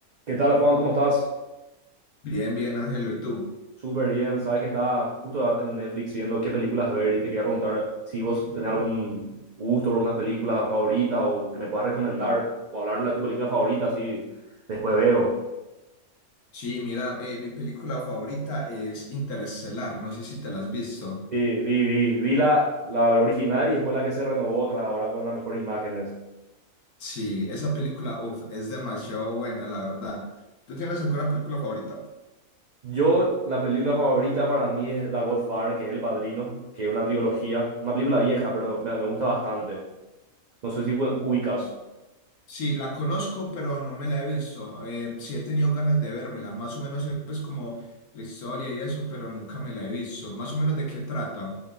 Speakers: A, on the right; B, on the left.
A: ¿Qué tal, Juan? ¿Cómo estás?
B: Bien, bien, Ángelo, ¿y tú?
A: Súper bien. Sabes que estaba justo a- en Netflix viendo qué películas ver y te quería preguntar si vos tenés algún gusto por unas películas favoritas o que me puedas recomendar o hablarme de tu película favorita, así después veo.
B: Sí, mira, eh, mi película favorita es Interestelar, no sé si te la has visto.
A: Sí, vi, vi, vi la, la original y después la que se renovó otra ahora con las mejores imágenes.
B: Sí, esa película uf, es demasiado buena, la verdad. ¿Tú tienes alguna película favorita?
A: Yo, la película favorita para mí es The Godfather, que es El Padrino, que es una trilogía, una película vieja, pero me, me gusta bastante. No sé si ubicas.
B: Sí, la conozco, pero no me la he visto. Eh, sí he tenido ganas de vérmela, más o menos eh, pues como la historia y eso, pero nunca me la he visto. Más o menos de qué trata.